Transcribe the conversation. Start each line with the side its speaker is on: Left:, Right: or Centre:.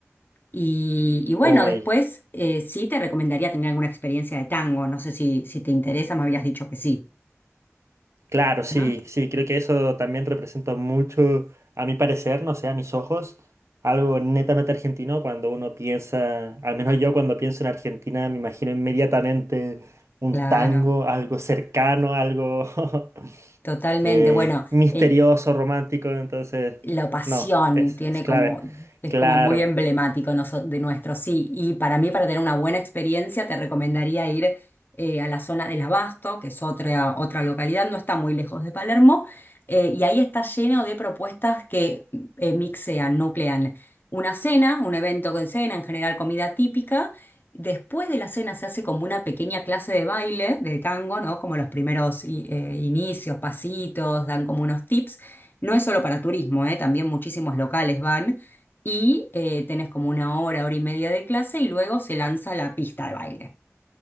Left: Y, y bueno,
Right: Uy.
Left: después eh, sí te recomendaría tener alguna experiencia de tango, no sé si, si te interesa, me habías dicho que sí,
Right: Claro, sí,
Left: ¿no?
Right: sí, creo que eso también representa mucho, a mi parecer, no sé, a mis ojos, algo netamente argentino cuando uno piensa, al menos yo cuando pienso en Argentina me imagino inmediatamente un
Left: Claro,
Right: tango, algo cercano, algo <laughs>
Left: totalmente.
Right: eh,
Left: Bueno,
Right: misterioso,
Left: eh,
Right: romántico, entonces,
Left: la pasión
Right: no, es,
Left: tiene
Right: es clave,
Left: como, es
Right: claro,
Left: como muy emblemático noso- de nuestro, sí. Y para mí, para tener una buena experiencia, te recomendaría ir eh, a la zona del Abasto, que es otra, otra localidad, no está muy lejos de Palermo, eh, y ahí está lleno de propuestas que eh, mixean, nuclean una cena, un evento con cena, en general comida típica. Después de la cena se hace como una pequeña clase de baile, de tango, ¿no? Como los primeros i- eh, inicios, pasitos, dan como unos tips. No es solo para turismo, ¿eh? También muchísimos locales van y eh, tenés como una hora, hora y media de clase y luego se lanza la pista de baile